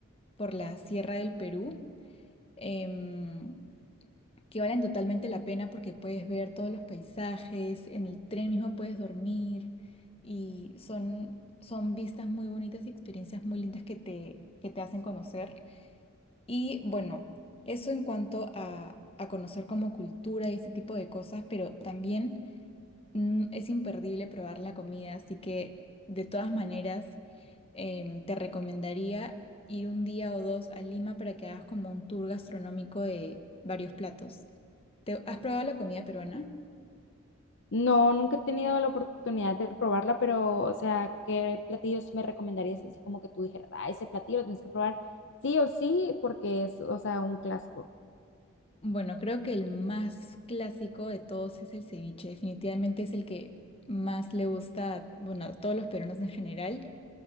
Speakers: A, on the left (about 25°); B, on the left (about 55°).
A: por la Sierra del Perú. Em, que valen totalmente la pena porque puedes ver todos los paisajes, en el tren mismo puedes dormir y son, son vistas muy bonitas y experiencias muy lindas que te, que te hacen conocer. Y bueno, eso en cuanto a, a conocer como cultura y ese tipo de cosas, pero también mm, es imperdible probar la comida, así que de todas maneras em, te recomendaría ir un día o dos a Lima para que hagas como un tour gastronómico de varios platos. ¿Te, has probado la comida peruana?
B: No, nunca he tenido la oportunidad de probarla, pero o sea, ¿qué platillos me recomendarías así como que tú dijeras, ah, ese platillo lo tienes que probar sí o sí porque es, o sea, un clásico?
A: Bueno, creo que el más clásico de todos es el ceviche. Definitivamente es el que más le gusta, a- bueno, a todos los peruanos en general.